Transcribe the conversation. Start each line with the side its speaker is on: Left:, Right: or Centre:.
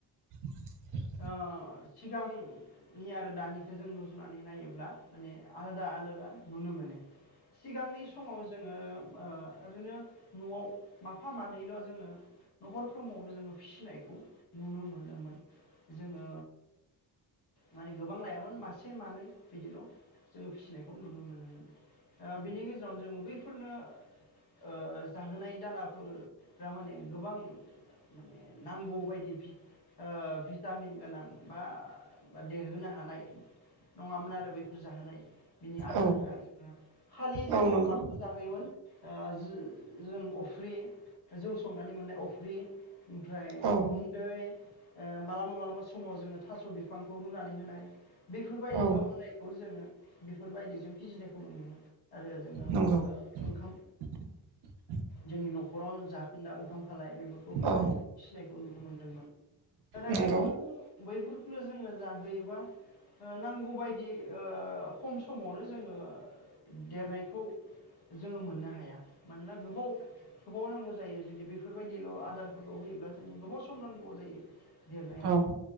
Right: <unintelligible> <inaudible>
Left: ओ सिगांनि आरो दानिखो जों नुजुनानै नायोब्ला माने आलादा आलो <unintelligible> नुनो मोनो सिगांनि समाव जोङोम ओ ओरैनो न'आव माफा मानैल' जोङो न'खरफ्रोमावबो जोङो फिसिनायखौ नुनो मोनोमोन जोङो माने गोबां लायामोन मासे मानै बिदिल' जोङो फिसिनायखौ नुनो मोनोमोन ओ बिनि गेजेरावनो जोङो बैफोरनो ओ जाहोनाय दानाफोरफ्रा माने गोबां माने नांगौ बायदि भि ओ भिटामिन गोनां बा देरहोनो हानाय नङामोन आरो बैफोर जाहोनाय बिनि आदारफोरा
Right: औ
Left: जोङो खालि जोङो
Right: औ नंगौ
Left: माखौ जाहोयोमोन आ जो जों अफ्रि जौ संनानै मोननाय अफ्रि ओमफ्राय
Right: औ
Left: गुन्दै ओ मालाबा मालाबा समाव जोङो थास' बिफांखौ रुनानै होनाय बेफोरबायदिल'
Right: औ
Left: होनायखौ जोङो बेफोरबायदिजों फिजिनायखौ नुयोमोन आरो जोङो ओ
Right: नंगौ
Left: ओंखाम
Right: <unintelligible> <inaudible>
Left: जोंनि न'खराव जाखोन्दा ओंखाम खालाय बेफोरखौ होनानै
Right: औ
Left: जों फिसनायखौ नुनो मोन्दोंमोन नाथाय
Right: नंगौ
Left: बैफोरखौ बैफोरखौनो जोङो जाहोयोबा ओ नांगौबायदि ओ खम समावनो जोङो देरनायखौ जोङो मोननो हाया मानोना गोबाव होबाव नांगौ जायो जुदि बेफोरबायदिल' आदारफोरखौ होयोब्ला जोंनो गोबाव सम नांगौ जायो देरनायाव
Right: औ